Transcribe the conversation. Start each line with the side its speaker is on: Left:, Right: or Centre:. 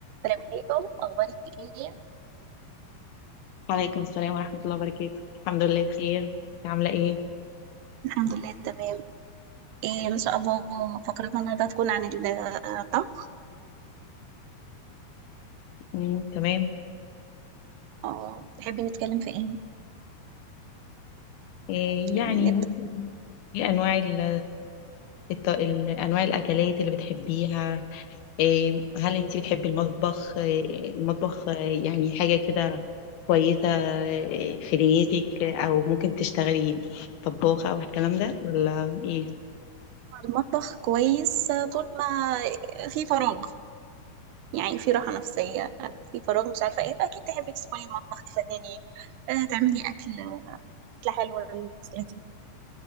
Right: السلام عليكم اخبارك ايه
Left: وعليكم السلام ورحمة الله وبركاته الحمد لله بخير إنتي عاملة ايه
Right: الحمد لله تمام ايه ان شاء الله فقرتنا النهارده هتكون عن ال- آه، الطبخ
Left: مم. تمام
Right: آه، تحبي نتكلم في ايه
Left: إيه
Right: يعني
Left: يعني
Right: نبدا
Left: ممكن ايه انواع ال... الط- ال- انواع الاكلات اللي بتحبيها إيه هل انت بتحبي المطبخ إيه المطبخ آه، يعني حاجة كده كويسة آه، في دنيتك او ممكن تشتغلي طباخة او الكلام ده ولا ايه
Right: عن المطبخ كويس آه، طول ما في فراغ يعني في راحه نفسيه في فراغ مش عارفه ايه فاكيد تحبي تدخلي المطبخ تفنني آه، تعملي اكل آه، اكله حلوه لأسرتك